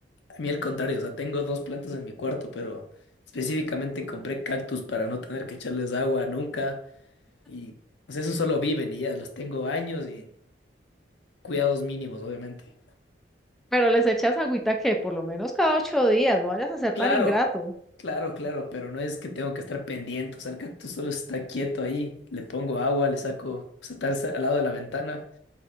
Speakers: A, on the left; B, in the centre.
A: A mí al contrario, o sea, tengo dos plantas en mi cuarto, pero específicamente compré cactus para no tener que echarles agua nunca y o sea, eso solo viven y ya los tengo años y cuidados mínimos, obviamente.
B: Pero les echas agüita que por lo menos cada ocho días, no vayas a ser
A: Claro,
B: tan ingrato.
A: claro, claro, pero no es que tengo que estar pendiente, o sea, el cactus solo está quieto ahí, le pongo agua, le saco, o sea, está al lado de la ventana